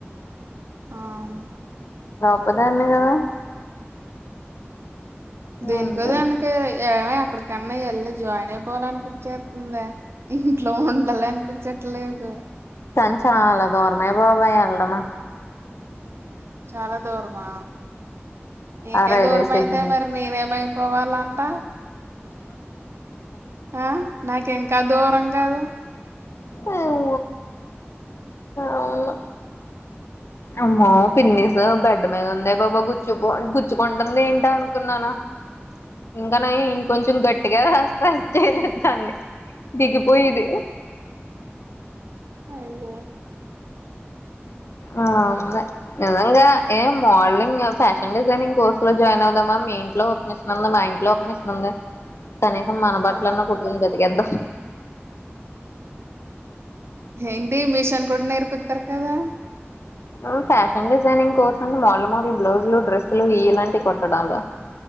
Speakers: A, on the right (about 70°); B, on the left (about 75°).
A: ఆ
B: ఒకదాన్నే కదా
A: దేనికో
B: అంతేగా
A: దానికి ఏమే ఇప్పుడు కన్నా ఎళ్ళి జాయిన్ అయిపోవాలనిపిచ్చేత్తుందే ఇంట్లో ఉండాలి అనిపించట్లేదు
B: కాని చాలా దూరమే బాబు ఎల్లడం
A: చాలా దూరమా నీకే
B: ఆ రైల్వే
A: దూరం
B: స్టేషన్
A: అయితే మరి నేనేమై పోవాలంట ఆ నాకు ఇంకా దూరం కదు
B: ఏమో అవును అమ్మో పిన్నీసు బెడ్ మీద ఉందే బాబు గుచ్చుకుం గుచ్చుకుంటుంది ఏంటా అనుకున్నాను. ఇంక నయం ఇంకొంచెం గట్టిగా ప్రెస్స్ చేయలేదు దాన్ని దిగికిపోయేది
A: అయ్యో
B: ఆ ఉంది నిజంగా ఏ మోడలింగ్ ఫ్యాషన్ డిజైనింగ్ కోర్సు లో జాయిన్ అవుదామా మీ ఇంట్లో ఒక మిషన్ ఉంది మా ఇంట్లో ఒక మిషన్ ఉంది. కనీసం మన బట్లన్న
A: ఆ
B: కుట్టుకొని బతికేద్దాం
A: ఏంటీ మీషన్ కూడా నేర్పిత్తరు కదా
B: ఆ ఫ్యాషన్ డిజైనింగ్ కోర్స్ కానీ మోడల్ మోడల్ బ్లౌజులు డ్రెస్సులు ఇలాంటి కుట్టడాలు